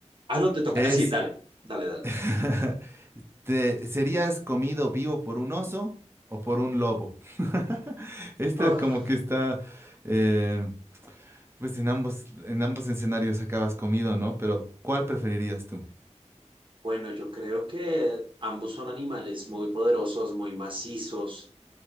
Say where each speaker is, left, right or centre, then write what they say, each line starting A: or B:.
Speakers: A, on the right (about 45°); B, on the right (about 20°).
A: Ah, no, te toca.
B: Es.
A: Ah, sí, dale, dale, dale.
B: <laughs> ¿Te serías comido vivo por un oso o por un lobo? <laughs> Este
A: Oh,
B: es como que está, eh, pues en ambos, en ambos escenarios acabas comido, ¿no? Pero ¿cuál preferirías tú?
A: bueno, yo creo que ambos son animales muy poderosos, muy macizos.